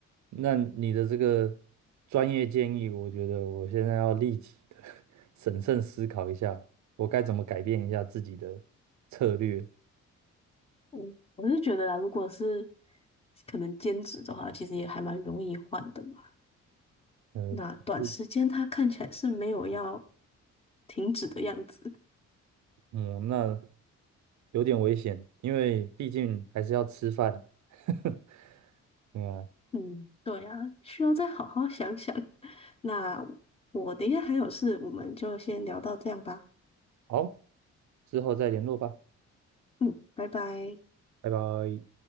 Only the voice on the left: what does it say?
嗯，我是觉得啦，如果是可能兼职的话，其实也还蛮容易换的嘛。
那短时间它看起来是没有要
停止的样子。
嗯，对啊，需要再好好想想。那我等一下还有事，我们就先聊到这样吧。
嗯，拜拜。